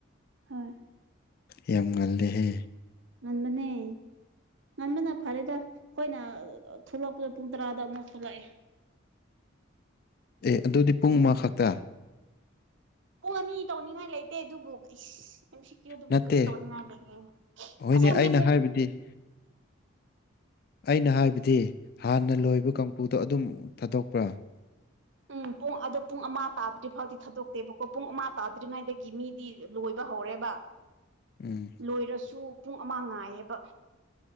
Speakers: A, on the right; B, on the left.
A: ꯍꯣꯏ
B: ꯌꯥꯝ ꯉꯜꯂꯤꯍꯦ
A: ꯉꯟꯕꯅꯦ ꯉꯟꯕꯅ ꯐꯔꯦꯗ ꯑꯩꯈꯣꯏꯅ ꯊꯣꯛꯂꯛꯄꯗ ꯄꯨꯡ ꯇꯔꯥꯗ ꯑꯃꯨꯛ ꯊꯣꯛꯂꯛꯑꯦ
B: ꯑꯦ ꯑꯗꯨꯗꯤ ꯄꯨꯡ ꯑꯃ ꯈꯛꯇ
A: ꯄꯨꯡ ꯑꯅꯤ ꯇꯧꯅꯤꯡꯉꯥꯏ ꯂꯩꯇꯦ ꯑꯗꯨꯕꯨ ꯑꯦꯝ ꯁꯤ ꯀ꯭ꯌꯨꯗꯗꯤ
B: ꯅꯠꯇꯦ
A: ꯕꯨꯀꯔꯤ ꯇꯧꯅꯤꯡ ꯂꯩ
B: ꯍꯣꯏꯅꯦ
A: ꯑꯁꯤꯁꯦ ꯑꯗꯤ
B: ꯑꯩꯅ ꯍꯥꯏꯕꯗꯤ ꯑꯩꯅ ꯍꯥꯏꯕꯗꯤ ꯍꯥꯟꯅ
A: ꯎꯝ
B: ꯂꯣꯏꯕ ꯀꯥꯡꯄꯨꯗꯣ ꯑꯗꯨꯝ ꯊꯥꯗꯣꯛꯄ꯭ꯔꯥ
A: ꯎꯝ ꯄꯨꯡ ꯑꯣ ꯄꯨꯡ ꯑꯃ ꯇꯥꯗ꯭ꯔꯤ ꯐꯥꯎꯗꯤ ꯊꯥꯗꯣꯛꯇꯦꯕꯀꯣ ꯄꯨꯡ ꯑꯃ ꯇꯥꯗ꯭ꯔꯤꯉꯩꯗꯒꯤ ꯃꯤꯗꯤ ꯂꯣꯏꯕ ꯍꯧꯔꯦꯕ
B: ꯎꯝ
A: ꯂꯣꯏꯔꯁꯨ ꯄꯨꯡ ꯑꯃ ꯉꯥꯏꯌꯦꯕ